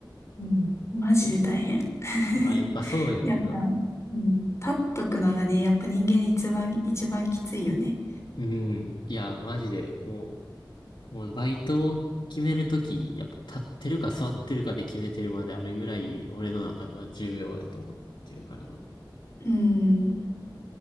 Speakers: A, on the left; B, on the left.
A: うん、マジで大変。<laughs>
B: あ、やっぱそうやんな。
A: やっぱ、うん、立っとくのがね、やっぱ人間一番、一番きついよね。
B: うん。いや、マジで、もう、もうバイトを決めるとき、やっぱ立ってるか座ってるかで決めてるまであるぐらい、俺の中では重要やと思ってるからな。
A: うん、